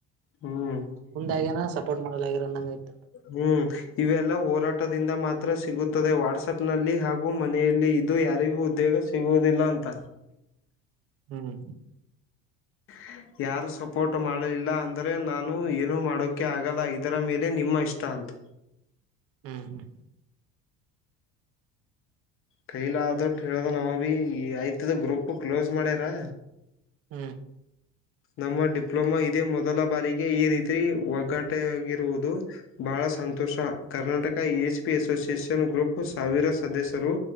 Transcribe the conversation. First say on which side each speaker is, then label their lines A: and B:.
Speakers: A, on the left; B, on the right.
A: ಹ್ಮ್.
B: ಹಗೆನಾ ಸ ಸಪೋಟ್ ಮಾಡಲಾಗ್ಯಾರ ಅಂದಂಗ ಅಯತ್.
A: ಹ್ಮ್. ಇವೆಲ್ಲಾ ಹೋರಾಟದಿಂದ ಮಾತ್ರ ಸಿಗುತ್ತದೆ ವಾಟ್ಸಪ್ ನಲ್ಲಿ ಹಾಗೂ ಮನೆಯಲ್ಲಿ ಇದು ಯಾರಿಗೂ ಉದ್ಯೋಗ ಸಿ ಸಿಗೋದಿಲ್ಲ ಅಂತ.
B: ಹ್ಮ್.
A: <inaudible> ಯಾರು ಸಪೋರ್ಟ್ ಮಾಡಲಿಲ್ಲ ಅಂದರೆ ನಾನು ಏನೂ ಮಾಡೋಕ ಆಗಲ್ಲ ಇದರ ಮೇಲೆ ನಿಮ್ಮ ಇಷ್ಟ ಅಂತ.
B: ಹ್ಮ್ ಹ್ಮ್.
A: ಕೈಲೆ ಆದಟ್ಟು ಹೇಳಿವಿ ನಾವು ಭೀ ಈ ಆಯ್ತದ ಗ್ರೂಪ್ ಅದ ಕ್ಲೋಸ್ ಮಾಡ್ಯಾರಾ.
B: ಹ್ಞ.
A: ನಮ್ಮ ಡಿಪ್ಲೊಮಾ ಇದೇ ಮೊದಲ ಬಾರಿಗೆ ಈ ರೀತಿ ಒಗ್ಗಾಟ ಆಗಿರುವುದು. ಬಾಹಳ ಸಂತೋಷ Karnataka E H P association group ಸಾವಿರ ಸದಸ್ಯರು.